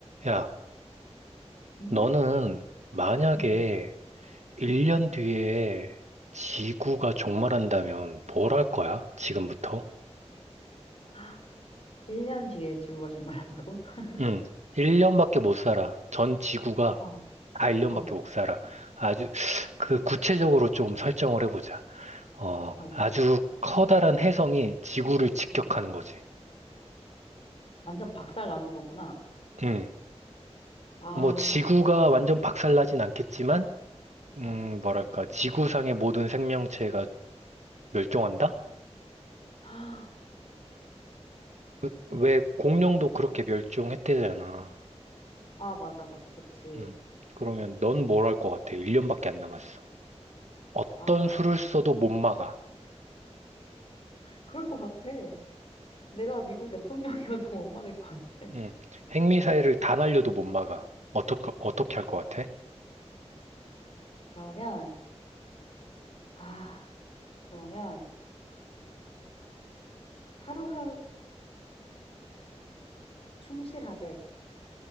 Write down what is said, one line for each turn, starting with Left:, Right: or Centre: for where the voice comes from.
Right: 야,
Left: 응?
Right: 너는 만약에
Left: 응, 응.
Right: 1년 뒤에 지구가 종말한다면 뭘 할 거야? 지금부터?
Left: 아, 1년 뒤에 지구가 종말한다고? <laughs>
Right: 응, 1년밖에 못 살아. 전 지구가
Left: 어,
Right: 다 1년밖에
Left: 어,
Right: 못 살아. 아주, 그 구체적으로 좀 설정을 해보자. 어,
Left: 어.
Right: 아주 커다란 혜성이 지구를 직격하는
Left: 음.
Right: 거지.
Left: 완전 박살 나는 거구나.
Right: 응,
Left: 아,
Right: 뭐 지구가 완전 박살나진 않겠지만, 음,
Left: 어.
Right: 뭐랄까, 지구상의 모든 생명체가 멸종한다?
Left: 아,
Right: 왜, 왜 공룡도 그렇게
Left: 어.
Right: 멸종했대잖아.
Left: 아, 맞아, 맞아. 그치.
Right: 응. 그러면 넌 뭘 할 것 같아? 1년밖에 안 남았어. 어떤
Left: 아,
Right: 수를 써도 못 막아.
Left: 그럴 것 같아. 내가 미국 대통령이어도 못 막을 것 같아.
Right: 응. 핵미사일을 다 날려도 못 막아. 어떻게, 어떻게 할 것 같아?
Left: 그러면, 아, 그러면 하루하루에 충실하되